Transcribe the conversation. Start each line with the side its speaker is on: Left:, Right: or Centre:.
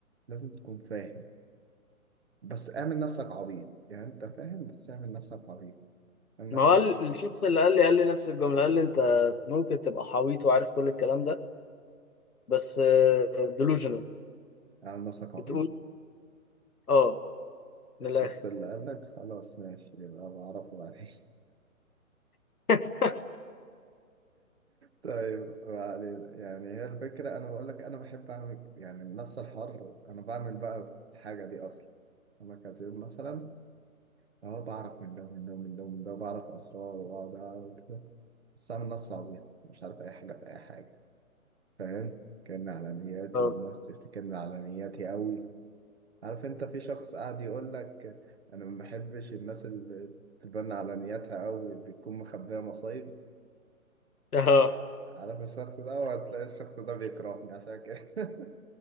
Right: لازم تكون فاهم بس اعمل نفسك عبيط يعني انت فاهم بس اعمل نفسك عبيط اعمل نفسك
Left: ما هو قال-
Right: مش فاهم
Left: الشخص اللي قال لي قال لي نفس الجمله قال لي انت ممكن تبقى حويط وعارف كل الكلام ده بس ديلوجنال
Right: اعمل نفسك عبيط
Left: بتقول اه من
Right: الشخص
Left: الاخر
Right: اللي قالك خلاص ماشي يبقى بعرفه بعدين
Left: <laughs>
Right: طيب ما علينا يعني هي الفكرة أنا بقول لك أنا بحب أعمل يعني النص الحر أنا بعمل بقى الحاجة دي أصلا أنا كاتب مثلا أهو بعرف من ده ومن ده ومن ده ومن ده وبعرف أسرار وأقعد أعمل كده بس أعمل نص عبيط مش عارف أي حاجة في أي حاجة فاهم كأن على نياتي
Left: اه
Right: والناس تفتكرني على نياتي أوي عارف أنت في شخص قاعد يقول لك أنا ما بحبش الناس اللي تبان على نياتها أوي بتكون مخبية مصايب
Left: اه
Right: عارف الشخص ده وهتلاقي الشخص ده بيكرهني عشان كده <laughs>